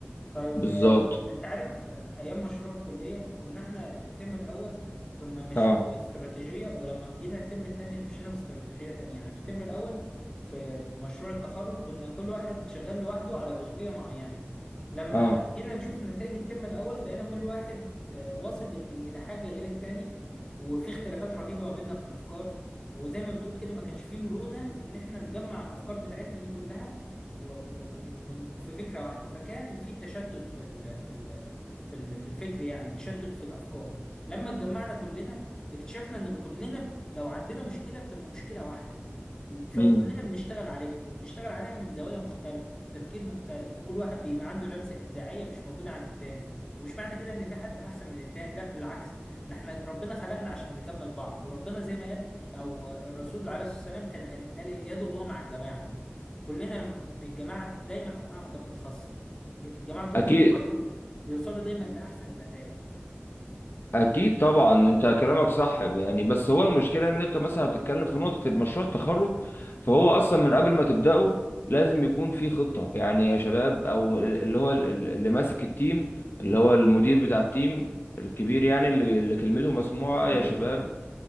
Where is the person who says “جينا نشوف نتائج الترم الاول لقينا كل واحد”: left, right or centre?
Left